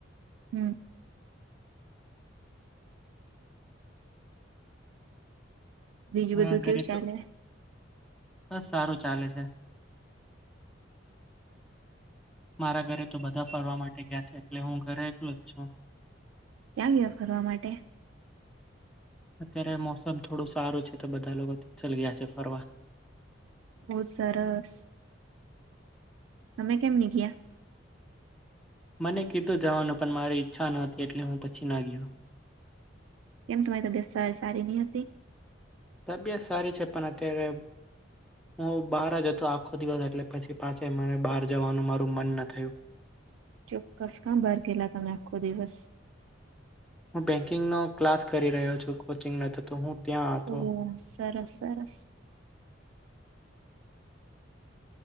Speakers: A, on the right (about 80°); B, in the centre.
A: હમ બીજું
B: હા
A: બધું
B: ઘરે
A: કેવું ચાલે
B: તો બસ સારું ચાલે છે મારા ઘરે તો બધા ફરવા માટે ગયા છે એટલે હું ઘરે એકલો જ છું
A: ક્યાં ગયા ફરવા માટે
B: અત્યારે મોસમ થોડું સારું છે તો બધા લોકો ચલ ગયા છે ફરવા
A: બઉ સરસ તમે કેમ ની ગયા
B: મને કીધું જવાનું પણ મારી ઈચ્છા નહોતી એટલે હું પછી ના ગયો
A: કેમ તમારી તબિયત સારી સારી નઈ હોતી
B: અભ્યાસ સારી છે, પણ અત્યારે હું બહાર જ હતો આખો દિવસ એટલે પછી પાછે મારે બહાર જવાનું મારું મન ન થયું.
A: ચોકકસ કા બાર ગેલા તમે આખો દિવસ
B: હું બેંકિંગનો ક્લાસ કરી રહ્યો છું, કોચિંગ ન ત ત હું ત્યાં હતો
A: ઓહ સરસ સરસ